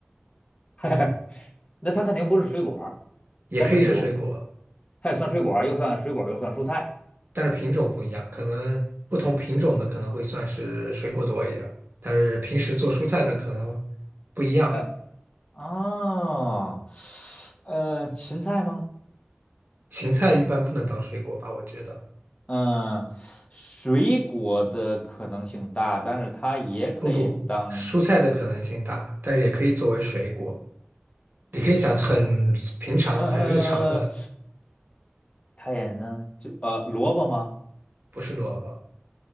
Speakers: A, on the left; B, on the right.
A: <laughs> 那它肯定不是水果儿
B: 也可以是水果，
A: 它是水果儿吗？它也算水果儿又算水果儿又算蔬菜。
B: 但是品种不一样，可能不同品种的可能会算是水果多一点儿，但是平时做蔬菜的可能不一样，
A: 呃，哦，呃，芹菜吗？
B: 芹菜一般不能当水果吧，我觉得，
A: 嗯，水果的可能性大，但是它也可以当，
B: 不不，蔬菜的可能性大，但是也可以作为水果。你可以想很平常、
A: 呃呃，
B: 很日常的，
A: 呃它也能就呃萝卜吗？
B: 不是萝卜。